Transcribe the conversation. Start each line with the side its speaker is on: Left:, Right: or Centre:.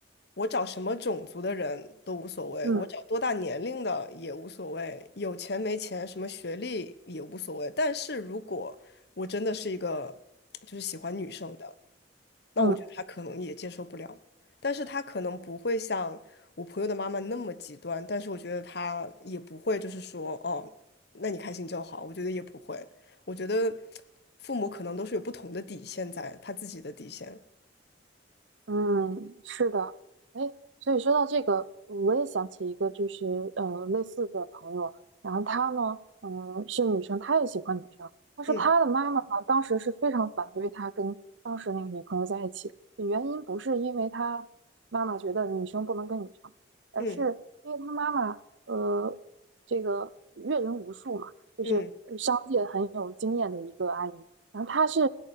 Left: 我找什么种族的人都无所谓，
Right: 嗯
Left: 我找多大年龄的也无所谓，有钱没钱，什么学历也无所谓。但是如果我真的是一个就是喜欢女生的，那我觉得他可能也接受不了，
Right: 嗯，
Left: 但是他可能不会像我朋友的妈妈那么极端，但是我觉得他也不会就是说哦，那你开心就好，我觉得也不会，我觉得父母可能都是有不同的底线在，他自己的底线。
Right: 嗯，是的，哎，所以说到这个，我也想起一个，就是呃，类似的朋友，然后她呢，嗯，是女生，她也喜欢女生，但是她的妈妈呢，
Left: 嗯
Right: 当时是非常反对她跟当时那个女朋友在一起，原因不是因为她妈妈觉得女生不能跟女生，而是因为她妈妈，
Left: 嗯
Right: 呃，这个阅人无数嘛，就是呃商界很有经验的一个阿姨，
Left: 嗯，
Right: 然后他是